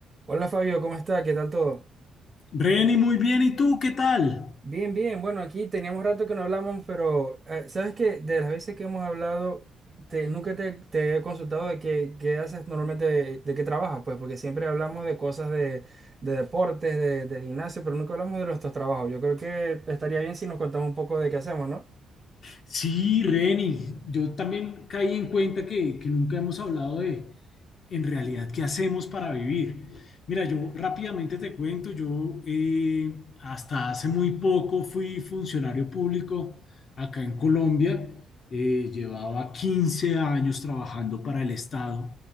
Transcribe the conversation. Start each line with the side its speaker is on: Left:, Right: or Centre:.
Right: Hola Fabio, ¿cómo está? ¿Qué tal todo?
Left: Reni, muy bien. ¿Y tú qué tal?
Right: Bien, bien. Bueno, aquí teníamos rato que no hablamos, pero eh, sabes que de las veces que hemos hablado, te, nunca te, te he consultado de qué, qué haces normalmente, de, de qué trabajas, pues, porque siempre hablamos de cosas de, de deportes, de, de gimnasio, pero nunca hablamos de nuestros trabajos. Yo creo que estaría bien si nos contamos un poco de qué hacemos, ¿no?
Left: Sí, Reni, yo también caí en cuenta que, que nunca hemos hablado de, en realidad, qué hacemos para vivir. Mira, yo rápidamente te cuento, yo eh, hasta hace muy poco fui funcionario público acá en Colombia. Eh, llevaba 15 años trabajando para el Estado